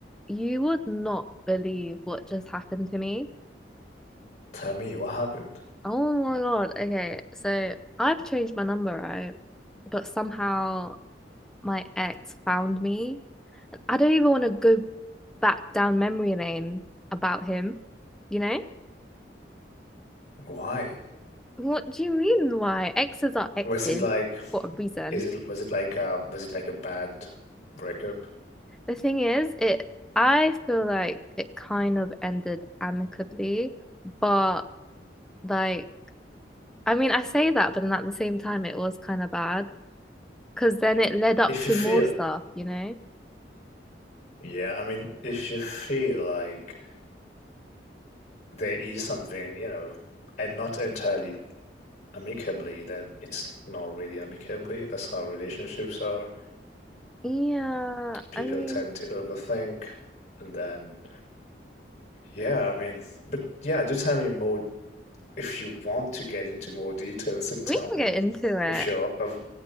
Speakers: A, in the centre; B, on the left.
A: You would not believe what just happened to me.
B: Tell me what happened.
A: Oh my God. Okay. So I've changed my number, right? But somehow my ex found me. I don't even want to go back down memory lane about him, you know?
B: Why?
A: What do you mean why? Exes are exes
B: Was it like
A: for a reason.
B: is it was it like a was it like a bad breakup?
A: The thing is, it I feel like it kind of ended amicably, but like I mean, I say that, but then at the same time, it was kind of bad because then it led up
B: If you
A: to
B: feel
A: more stuff, you know?
B: yeah, I mean if you feel like there is something, you know, and not entirely amicably, then it's not really amicably. That's how relationships are.
A: Yeah,
B: People
A: I mean,
B: tend to overthink and then yeah, I mean but yeah, do tell me more if you want to get into more details and tell
A: we
B: me
A: can get into it.
B: if you're of